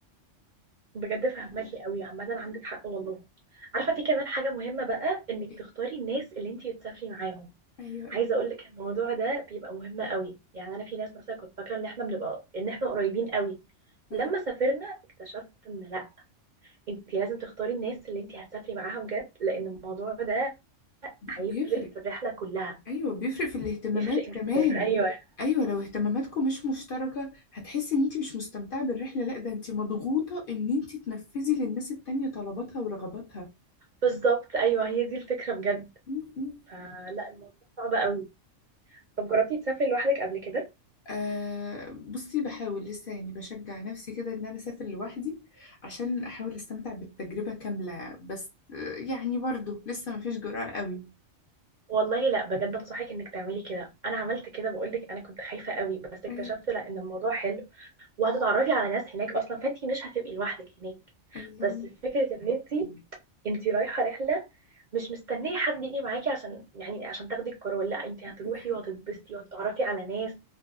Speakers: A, on the right; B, on the left.
A: بجد فهماكي قوي عامة عندك حق والله عارفة في كمان حاجة مهمة بقى انك
B: إيه؟
A: تختاري الناس اللي انتي تسافري معاهم
B: ايوه
A: عايزة اقولك الموضوع ده بيبقى مهم قوي يعني انا في ناس مثلا كنت فاكرة ان احنا بنبقى ان احنا قريبين قوي
B: آه.
A: لما سافرنا اكتشفت ان لا انتي لازم تختاري الناس اللي انتي هتسافري معاها بجد لان الموضوع ده
B: بي-
A: هيفرق
B: بيفرق
A: في الرحلة كلها
B: ايوه بيفرق في الاهتمامات
A: بيفرق جدا
B: كمان
A: <laughs> ايوه
B: ايوه لو اهتماماتكم مش مشتركه هتحسي ان انت مش مستمتعه بالرحله لا ده انت مضغوطه ان انت تنفذي للناس التانية طلباتها ورغباتها
A: بالظبط ايوه هي دي الفكرة بجد
B: م- م.
A: فلا الموضوع صعب قوي طب جربتي تسافري لوحدك قبل كده
B: آه بصي بحاول لسه يعني بشجع نفسي كده ان انا اسافر لوحدي عشان احاول استمتع بالتجربه كامله بس آه، يعني برضه لسه ما فيش جرأة قوي
A: والله لا بجد انصحك انك تعملي كده انا عملت كده بقول لك انا كنت خايفه قوي بس اكتشفت
B: ايوه
A: لا ان الموضوع حلو وهتتعرفي على ناس هناك اصلا فانتي مش هتبقي لوحدك هناك
B: الله
A: بس فكره ان انتي انتي رايحه رحله مش مستنيه حد يجي معاكي عشان يعني عشان تاخدي القرار لا انتي
B: عندك
A: هتروحي
B: حق
A: وهتتبسطي وهتتعرفي على ناس